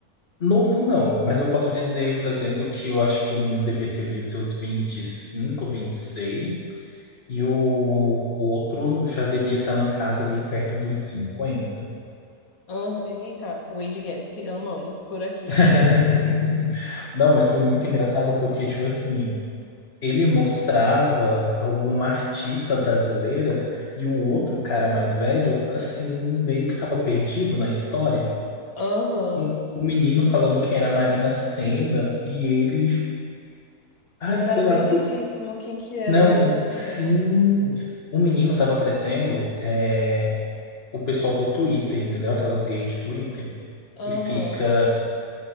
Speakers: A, on the left; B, on the left.
A: novo não, mas eu posso dizer, por exemplo, que eu acho que o menino devia ter ali os seus vinte e cinco, vinte e seis e o outro já devia estar na casa ali perto dos 50.
B: Uhum. Eita, o age Gap. Amamos por aqui.
A: <laughs> Não, mas foi muito engraçado porque, tipo assim, ele mostrava alguma artista brasileira e o outro cara mais velho, assim, meio que tava perdido na história.
B: Uhum.
A: Um, um menino falando quem era Marina Senna e ele, ai,
B: E o cara
A: sei lá,
B: perdidíssimo,
A: foi.
B: quem que era?
A: Não,
B: Marina Sena.
A: sim, o menino tava aparecendo é, o pessoal do Twitter, entendeu? Aquelas gays de Twitter que
B: Aham.
A: fica.